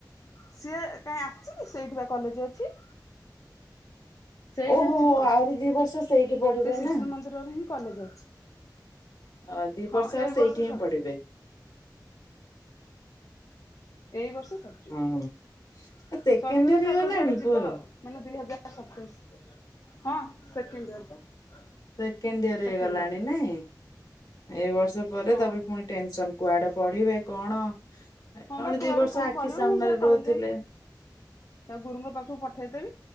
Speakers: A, on the left; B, on the left.
A: ସିଏ କାହିଁ ଆସିଛି କି ସେଇଠି ବା କଲେଜ ଅଛି। ସେଇଠି
B: ଓହୋ
A: ଅଛି ପୁଅ
B: ଆହୁରି ଦି ବର୍ଷ ସେଇଠି ପଢିବେ
A: ସେ ଶିଶୁ
B: ନା?
A: ମନ୍ଦିରରେ ହିଁ କଲେଜ ଅଛି
B: ଅ ଦି
A: ହଁ
B: ବର୍ଷ ଆ
A: ଏଇ
B: ସେଇଠି ହିଁ
A: ସରିଯିବ।
B: ପଢିବେ।
A: ଏଇ ବର୍ଷ ସରିଯିବ,
B: ହଁ ସେକେଣ୍ଡ
A: ସରିଗଲେ
B: ଇୟର
A: ତାପରେ
B: ହେଇଗଲାଣି
A: ଯୁଆଡେ ଯିବା
B: ପୁଅର?
A: ଆଉ ମାନେ ଦି ହଜାର ସତେଇଶ ହଁ ସେକେଣ୍ଡ ଇୟର ପା।
B: ସେକେଣ୍ଡ ଇୟର
A: ସେକେଣ୍ଡ
B: ହେଇଗଲାଣି
A: ଇୟର
B: ନାଇଁ। ଏ ବର୍ଷ ପରେ
A: ହଁ।
B: ତାପରେ ପୁଣି ଟେନସନ କୁଆଡେ ପଢିବେ କଣ?
A: ହଁ
B: କଣେ
A: ବା କୁଆଡେ
B: ଦି ବର୍ଷ
A: କଣ
B: ଆଖି
A: କରିବ
B: ସାମ୍ନାରେ
A: ମୁଁ ସେୟା କହିଲି
B: ରହୁଥିଲେ।
A: ତା ଗୁରୁଙ୍କ ପାଖକୁ ପଠେଇଦେବି।